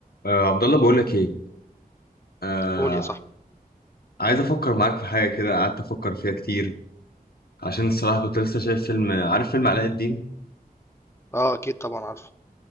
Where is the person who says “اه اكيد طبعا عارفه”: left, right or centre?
Left